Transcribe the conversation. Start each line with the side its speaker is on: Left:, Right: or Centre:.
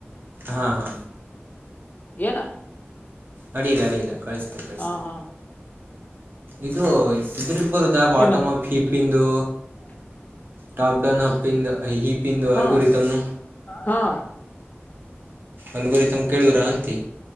Right: ಹಾ ಹಾ
Left: ಏನ
Right: ಅಡ್ಡಿಲ್ಲ ಅಡ್ಡಿಲ್ಲ ಕಳಿಸ್ತೇನಿ ಕಳಿಸ್ತೇನಿ
Left: ಹಾ ಹಾ
Right: ಇದು ಇದ್ರದು ಬರುದ ಬಾಟೋಮ
Left: ಏನ
Right: ಅಪ್ ಹೀಫಿಂದು
Left: <inaudible>
Right: ಟಾಪ್ ಡೌನ್ ಹ ಹಿಪಿಂದ
Left: ಹಾ
Right: ಅಲ್ಗುರೀದಮ್ಮ
Left: ಹಾ
Right: ಅಲ್ಗುರಿದಮ ಕೇಳುದರಾ ಅಂತಿ